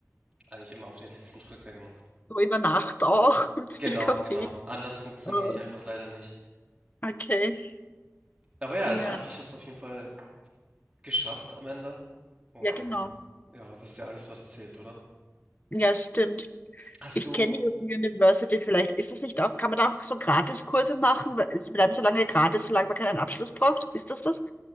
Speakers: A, on the right; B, on the left.
A: eigentlich immer auf den letzten Drücker gemacht.
B: So in der Nacht auch <laughs> mit viel
A: Genau,
B: Kaffee.
A: genau. Anders funktioniere
B: Ähm,
A: ich einfach leider nicht.
B: Okay,
A: Aber ja,
B: ja,
A: es- ich habe, ich habe es auf jeden Fall geschafft am Ende. Und
B: ja, genau.
A: ja, das ist ja alles, was zählt, oder?
B: Ja, stimmt.
A: Hast
B: Ich
A: du,
B: kenne die University vielleicht. Ist das nicht auch, kann man da auch so Gratiskurse machen? Weil Sie bleiben so lange gratis, solange man keinen Abschluss braucht. Ist das das?